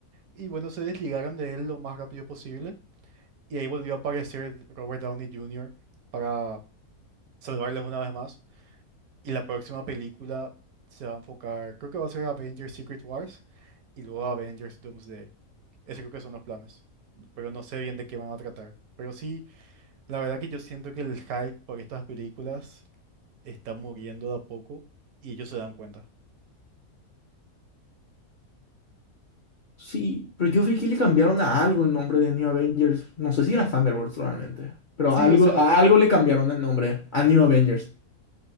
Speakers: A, on the right; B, on the left.
A: Y bueno, se desligaron de él lo más rápido posible y ahí volvió a aparecer Robert Downey Jr. para salvarles una vez más. Y la próxima película se va a enfocar, creo que va a ser Avengers Secret Wars y luego Avengers Doomsday. Esos creo que son los planes. Pero no sé bien de qué van a tratar. Pero sí, la verdad que yo siento que el hype por estas películas está muriendo de a poco y ellos se dan cuenta.
B: Sí, pero yo vi que le cambiaron a algo el nombre de New Avengers. No sé si era Thunderbolts realmente, pero
A: Sí,
B: algo,
A: o sea,
B: a algo le cambiaron el nombre, a New Avengers.